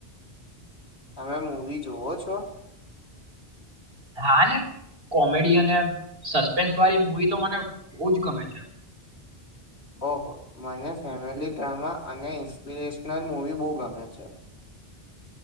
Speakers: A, on the left; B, on the right.
A: તમે મુવી જોવો છો?
B: હા ને. કોમેડી અને સસ્પેન્સ વાળી મૂવી તો મને બહુ જ ગમે છે.
A: ઓહો, મને ફેમિલી ડ્રામા અને ઇન્સ્પિરેશનલ મૂવી બહુ ગમે છે. <inaudible>